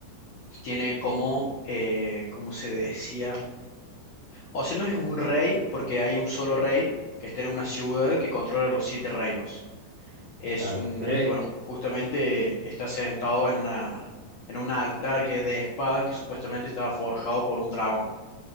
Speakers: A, on the left; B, on the right.
A: tiene como, eh, ¿cómo se decía? O sea, no es un rey porque hay un solo rey que está en una ciudad que controla los siete reinos. Es
B: claro.
A: un,
B: Pero eh,
A: y bueno, justamente está sentado en una, en un altar que es de espadas que supuestamente estaba forjado por un dragón.